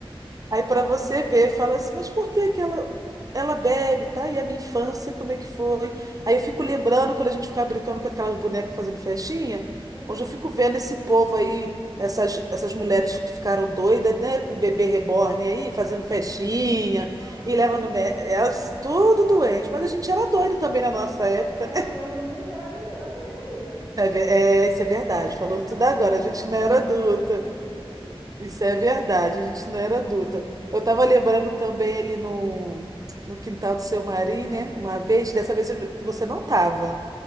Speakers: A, on the right; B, on the left.
A: Aí
B: Ai,
A: pra você ver, fala assim, mas por que que ela, ela bebe, tá? E a minha infância, como é que foi?
B: caramba.
A: Aí eu fico lembrando quando a gente ficava brincando com aquelas bonecas fazendo festinha.
B: Aham.
A: Hoje eu fico vendo esse povo aí, essas, essas mulheres que ficaram doidas, né, com o bebê reborn aí, fazendo
B: Ai,
A: festinha,
B: nossa,
A: e
B: tudo
A: leva no.
B: doida.
A: mé- Elas tudo doente, mas a gente era doido também na nossa época.
B: É, mas pelo menos a gente era criança, né, amiga?
A: É, ver- é, isso é verdade.
B: É,
A: Falou
B: era uma
A: tudo
B: época
A: agora.
B: boa,
A: A gente não era
B: a gente
A: adulta.
B: era inocente.
A: Isso é verdade. A gente não era adulta. Eu tava lembrando também ali no, no quintal do seu Marim, né? Uma vez, dessa vez eu- você não tava.